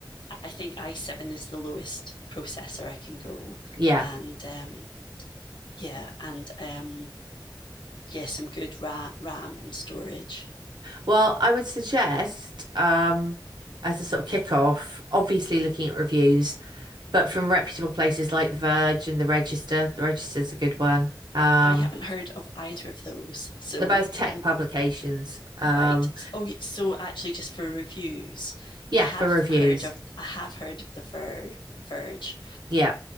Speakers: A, on the left (about 85°); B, on the right (about 70°).
A: I think i7 is the lowest processor I can go,
B: Yeah.
A: and um, yeah, and um, yeah, some good ra- RAM and storage.
B: Well, I would suggest, um, as a sort of kickoff, obviously looking at reviews, but from reputable places like The Verge and The Register. The Register's a good one. Um,
A: I haven't heard of either of those, so
B: they're both tech
A: I'm
B: publications. Um,
A: right. Oh, so actually, just for reviews,
B: yeah,
A: I have
B: for reviews.
A: heard of I have heard of the Ver- Verge
B: Yeah,